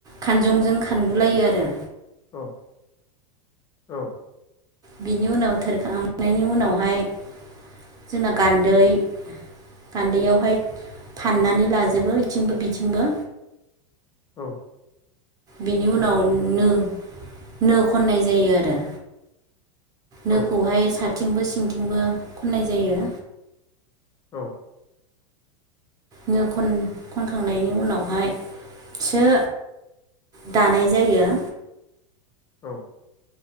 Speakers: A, on the right (about 20°); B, on the left (about 20°).
A: खानजंजों खानगुलायो आरो।
B: औ औ।
A: बिनि उनाव थोरखांनायनि उनावहाय जोंना गान्दै गान्दैयावहाय फाननानै लाजोबो बेथिंबो बिथिंबो
B: औ
A: बिनि उनाव नो नो खननाय जायो आरो। नोखौहाय
B: औ
A: साथिंबो सिंथिंबो खननाय जायो।
B: औ।
A: नो खन खनखांनायनि उनावहायसो दानाय जायो
B: औ